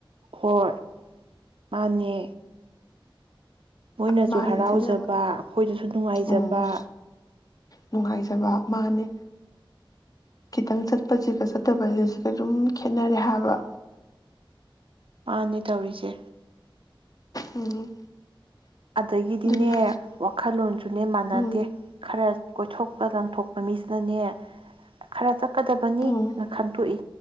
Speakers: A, on the right; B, on the left.
A: ꯍꯣꯏ ꯃꯥꯅꯦ ꯃꯣꯏꯅꯁꯨ
B: ꯃꯥꯅꯦ
A: ꯍꯔꯥꯎꯖꯕ
B: ꯁꯤꯗꯤ ꯑꯃ
A: ꯑꯈꯣꯏꯗꯁꯨ ꯅꯨꯡꯉꯥꯏꯖꯕ
B: ꯎꯝ ꯅꯨꯡꯉꯥꯏꯖꯕ ꯃꯥꯅꯦ ꯈꯤꯇꯪ ꯆꯠꯄꯁꯤꯒ ꯆꯠꯇꯕꯁꯤꯒ ꯑꯗꯨꯝ ꯈꯦꯠꯅꯔꯦ ꯍꯥꯏꯕ꯫
A: ꯃꯥꯅꯦ ꯇꯧꯔꯤꯁꯦ꯫
B: ꯎꯝ
A: ꯑꯗꯒꯤꯗꯤꯅꯦ
B: ꯑꯗꯨꯅꯦ ꯑꯁ
A: ꯋꯥꯈꯜꯂꯣꯟꯁꯨꯅꯦ ꯃꯥꯟꯅꯗꯦ
B: ꯎꯝ
A: ꯈꯔ ꯀꯣꯏꯊꯣꯛꯄ ꯂꯥꯡꯊꯣꯛꯄ ꯃꯤꯁꯤꯅꯅꯦ ꯈꯔ ꯆꯠꯀꯗꯕꯅꯤꯅ
B: ꯎꯝ
A: ꯈꯟꯇꯣꯛꯏ